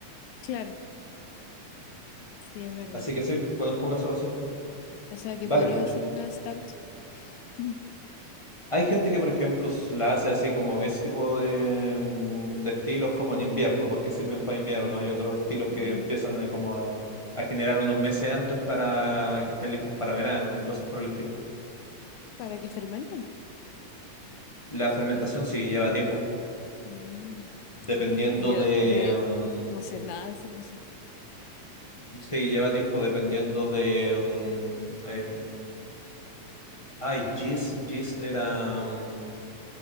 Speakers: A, on the left (about 80°); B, on the left (about 35°).
A: claro, sí, es verdad.
B: Así que sí, conozco casos así,
A: O sea que
B: varios
A: podrías
B: de hecho.
A: hacer una stout <laughs>
B: Hay gente que, por ejemplo, s- la hace así como ese tipo de, mm, de estilos como en invierno, porque sirven para invierno. Hay otros estilos
A: Mm,
B: que empiezan a, como a, a generar unos meses antes para que estén listas para verano y cosas por el estilo.
A: para que fermenten.
B: La fermentación
A: Tiene que
B: sí lleva tiempo,
A: ver.
B: dependiendo
A: Oye,
B: de...
A: de,
B: mm,
A: no sé nada de cerveza.
B: Sí, lleva tiempo dependiendo de... mm, em, ay, gist, gist era... mm,